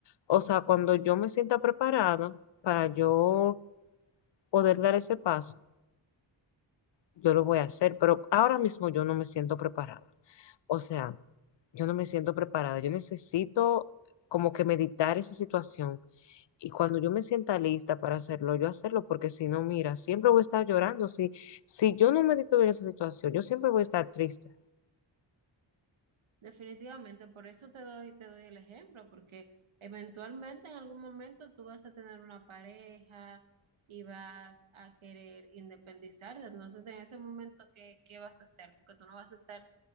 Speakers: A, on the left; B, on the right.
A: O sea, cuando yo me sienta preparada para yo poder dar ese paso, yo lo voy a hacer, pero ahora mismo yo no me siento preparada. O sea, yo no me siento preparada. Yo necesito como que meditar esa situación. Y cuando yo me sienta lista para hacerlo, yo hacerlo, porque si no, mira, siempre voy a estar llorando. Si, si yo no medito bien esa situación, yo siempre voy a estar triste.
B: Definitivamente, por eso te doy, te doy el ejemplo, porque eventualmente en algún momento tú vas a tener una pareja y vas a querer independizarte. Entonces, en ese momento, ¿qué, qué vas a hacer? Porque tú no vas a estar